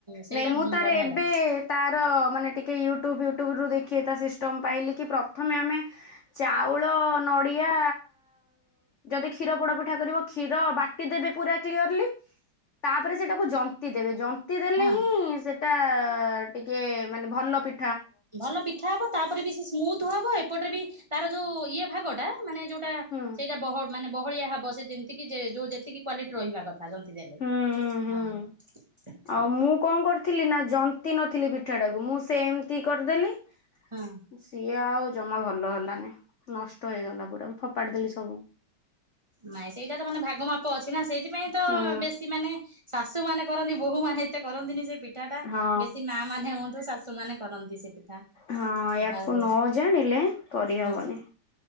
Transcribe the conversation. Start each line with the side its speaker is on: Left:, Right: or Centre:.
Right: ସେଇଟା
Left: ନାଇଁ ମୁଁ ତାର
Right: ବଢିଆ
Left: ଏବେ
Right: ଲାଗେ
Left: ତାର ମାନେ ଟିକେ ୟୁ ଟୁବ ଫୁୟୁଟୁବରୁ ଦେଖେ ସିଷ୍ଟମ ପାଇଲି କି ପ୍ରଥମେ ଆମେ ଚାଉଳ ନଡି ଆ ଯଦି କ୍ଷୀର ପୋଡ ପିଠା କରିବ କ୍ଷୀର ବାଟି ଦେବେ ପୁରା କ୍ଲିୟରଲି। ତାପରେ ସେଟାକୁ ଜନ୍ତି ଦେବେ ଜନ୍ତି ଦେଲେ
Right: ହଁ
Left: ହିଁ ସେଟା ଟିକେ ମାନେ ଭଲ ପି
Right: ଭଲ ପିଠା ହବ ତାପରେ ବି ସେ ସ୍ମୁଥ ହବ ଏପଟରେ ବି ତାର ଯୋଉ ଇଏ ଭାଗ ଟା ମାନେ ଯୋଉଟା
Left: ହୁଁ।
Right: ସେଇଟା ବହ ମାନେ ବହଳିଆ ହବ ସେ ଯେମିତିକ ଯୋଉ ଯେତିକି କ୍ଵାଲିଟି ରହିବା କଥା ଯନ୍ତି ଦେଲେ
Left: ହୁଁ ହୁଁ
Right: ହଁ।
Left: ହୁଁ।
Right: <inaudible>
Left: ଆଉ ମୁଁ କଣ କରିଥିଲି ନା ଜନ୍ତି ନଥିଲି ପିଠାଟାକୁ। ମୁଁ ସେମିତି କରିଦେଲି।
Right: ହଁ।
Left: ସିଏ ଆଉ ଜମା ଭଲ ହେଲାନି। ନଷ୍ଟ ହେଇଗଲା ପୁରା ଫୋପାଡି ଦେଲି ସବୁ।
Right: ନାଇଁ ସେଇଟା ତ ମାନେ ଭାଗ ମାପ ଅଛି ନା ସେଇଥିପାଇଁ ତ
Left: ହୁଁ
Right: ବେଶୀ ମାନେ ଶାଶୁ ମାନେ କରନ୍ତି ବୋହୂ ମାନେ ଏତେ କରନ୍ତିନି। ସେ ପିଠାଟା
Left: ହଁ
Right: ବେଶୀ ମା ମାନେ ହୁଅନ୍ତୁ ଶାଶୁ ମାନେ କରନ୍ତି ସେ ପିଠା।
Left: ହଁ ୟାକୁ
Right: ଆଉ
Left: ନ ଜାଣିଲେ କରିହବନି।
Right: ହଁ